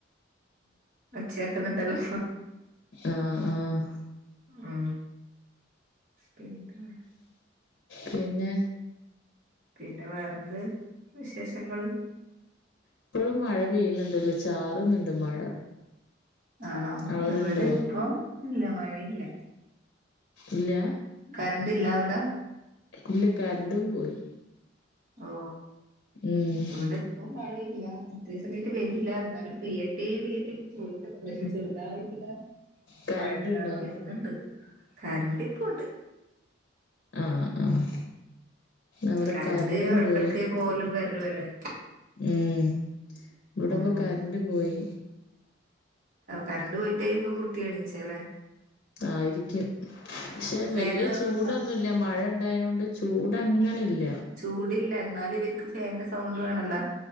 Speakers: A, on the right (about 45°); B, on the left (about 60°).
A: ഒച്ചകേക്കു ക്കുന്നുണ്ടല്ലോ
B: ആഹ് ആഹ്
A: ആ പിന്നെ <inaudible>
B: പിന്നെ
A: പിന്നെ വേറെന്ത് വിശേഷങ്ങള്
B: ഇപ്പോഴും മഴ പെയ്യുന്നുണ്ടല്ലോ ചാറുന്നുണ്ട് മഴ
A: ആണോ
B: അവിടെണ്ടോ
A: ഇവിടെ ഇപ്പൊ ഇല്ല മഴയില്ല
B: ഇല്ല്യ
A: കറന്റ് ഇല്ല അവിടെ
B: ഇല്ല കറന്റും പോയി
A: ഓ
B: ഉം
A: ഇവിടെ ഇപ്പം മഴയില്ല ഇത്രയും സമയത്ത് പെയ്തിട്ടില്ല, എന്നാലും പെയ്ട്ടെ പെയ്ട്ടെ ചോദിച്ചട്ട ചെറുതായിട്ട് ഇങ്ങനെ.
B: കരണ്ട്
A: മഴക്കാറ്
B: ഉണ്ടോ
A: വെരുന്നുണ്ട് കറന്റ് ഇപ്പ ഒണ്ട്.
B: ആഹ് ആഹ് അവിടെ
A: കറന്റ്
B: കരണ്ടും
A: ഇടക്ക്
B: പോയി
A: ഇടക്ക് പോകലും വരലും അല്ലേ.
B: ഉം ഇവിടെ
A: ഉം
B: ഇപ്പൊ കറന്റ് പോയി.
A: കറന്റ് പോയിട്ടായിരിക്കും കുട്ടി എണീറ്റെ ല്ലേ?
B: ആയിരിക്കും പക്ഷെ
A: ഫാന്
B: വെല്ല്യ
A: നിർബന്ധാ
B: ചൂടൊന്നും ഇ ഇല്ല മഴ ഉണ്ടായതുകൊണ്ട് ചൂട് അങ്ങനെ ഇല്ല.
A: ചൂട് ഇല്ല എന്നാല ഇവരിക്ക് ഫാന്റ് സൗണ്ട് വേണല്ലോ